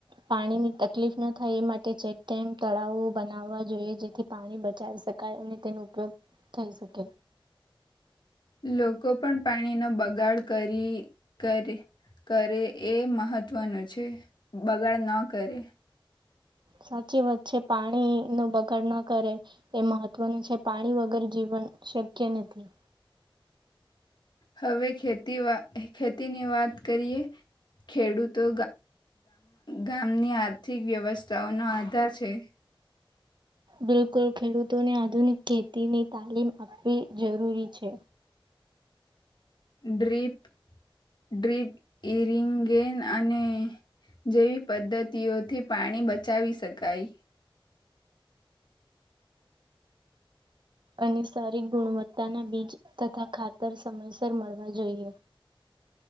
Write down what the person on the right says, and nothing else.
પાણીની તકલીફ ન થાય એ માટે ચેકડેમ તળાવો બનાવવા જોઈએ જેથી પાણી બચાવી શકાય અને તેનો ઉપયોગ થઈ શકે
સાચી વાત છે પાણી ન બગાડ ના કરે એ મહત્વનું છે પાણી વગર જીવન શક્ય નથી
બિલકુલ ખેડૂતોને આધુનિક ખેતીની તાલીમ આપવી જરૂરી છે
અને સારી ગુણવત્તાના બીજ તથા ખાતર સમયસર મળવા જોઈએ